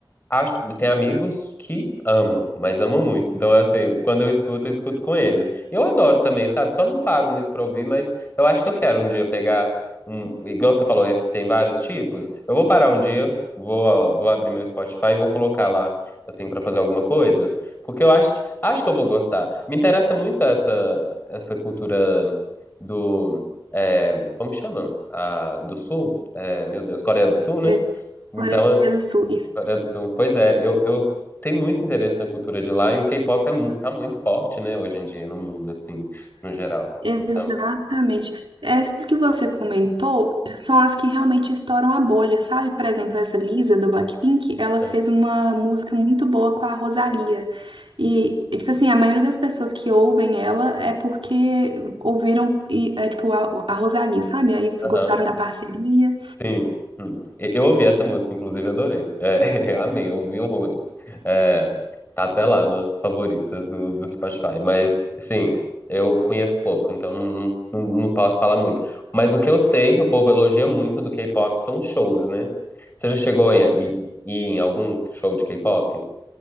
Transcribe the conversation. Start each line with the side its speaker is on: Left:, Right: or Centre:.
Left: Acho, tem amigos que amam, mas amam muito. Então, é assim, quando eu escuto, eu escuto com eles. E eu adoro também, sabe? Só não paro muito pra ouvir, mas eu acho que eu quero um dia pegar um. Igual você falou, esse que tem vários tipos. Eu vou parar um dia, vou, ó, vou abrir meu Spotify e vou colocar lá, assim, pra fazer alguma coisa. Porque eu acho que, acho que eu vou gostar. Me interessa muito essa, essa cultura do. é, como que chama? Ah, do Sul? É, meu Deus, Coreia do Sul, né?
Right: é,
Left: Então,
Right: Coreia
Left: as-
Right: do Sul, isso,
Left: Coreia do Sul. Pois é, eu, eu tenho muito interesse na cultura de lá e o K-pop é mu tá muito forte, né, hoje em dia no mundo, assim, no geral.
Right: exatamente.
Left: Então,
Right: Essas que você comentou são as que realmente estouram a bolha, sabe? Por exemplo, essa Lisa do Blackpink, ela
Left: aham,
Right: fez uma música muito boa com a Rosalia. E, é, tipo assim, a maioria das pessoas que ouvem ela é porque ouviram, e, é, tipo, a, a Rosalia, sabe? Aí
Left: aham,
Right: gostaram da parceria.
Left: sim. Hum. E- Eu ouvi essa música, inclusive, adorei. É, <laughs> eu amei, eu ouvi horrores. É, tá até lá nas favoritas do, do Spotify. Mas, sim, eu conheço pouco, então não, não, não posso falar muito. Mas o que eu sei que o povo elogia muito do K-pop são os shows, né? Você já chegou a ir, ir em algum show de K-pop?